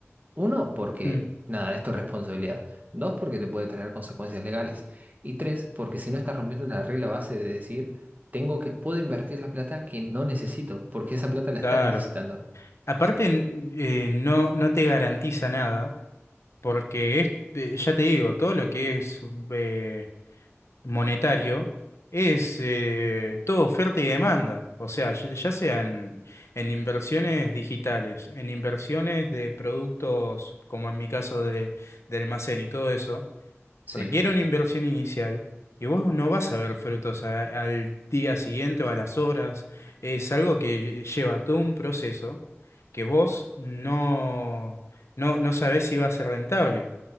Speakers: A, on the right; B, on the left.
A: Uno, porque
B: Mm,
A: nada, esto es tu responsabilidad. Dos, porque te puede traer consecuencias legales. Y tres, porque si no estás rompiendo la regla base de decir, tengo que, puedo invertir la plata que no necesito, porque esa plata la
B: claro.
A: estás necesitando.
B: Aparte, n- eh, no, no te garantiza nada, porque es, de- ya te digo, todo lo que es eh, monetario es eh, todo oferta y demanda. O sea, ya ya sea en, en inversiones digitales, en inversiones de productos, como en mi caso de, de almacén y todo eso requiere
A: Sí.
B: una inversión inicial y vos no vas a ver frutos a- al día siguiente o a las horas. Es algo que lleva todo un proceso que vos no, no, no sabés si va a ser rentable.